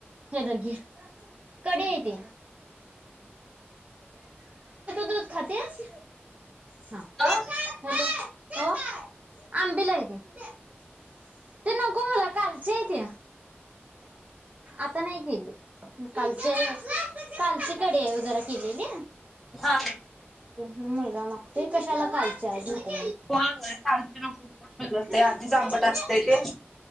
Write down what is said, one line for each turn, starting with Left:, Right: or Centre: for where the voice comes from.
Right: हे धर घे कडी य ती. दूध खातीस <unintelligible>
Centre: अ
Right: हो आंबील आहेे ती <unintelligible> ते नको मला कालच्ये हाय ते हम आता नाही केली कालची कालची कडी आहे. जरा केलेली
Centre: हा
Right: मुलगा मागतोय कशाला कालची हाय नको.
Centre: होय होय सारखी नको पोट बिघडतंय
Right: <unintelligible>
Centre: आधीच
Right: ख
Centre: आंबट असतंय
Right: <unintelligible>
Centre: ते